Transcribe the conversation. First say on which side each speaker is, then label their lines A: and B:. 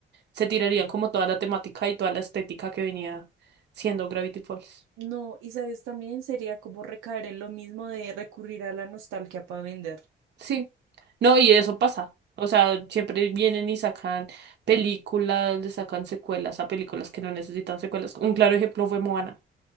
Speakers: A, on the right (about 60°); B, on the right (about 90°).
A: se tirarían como toda la temática y toda la estética que venía siendo Gravity Falls.
B: No, y sabes, también sería como recaer en lo mismo de recurrir a la nostalgia para vender.
A: Sí. No, y eso pasa. O sea, siempre vienen y sacan películas, le sacan secuelas a películas que no necesitan secuelas. Un claro ejemplo fue Moana.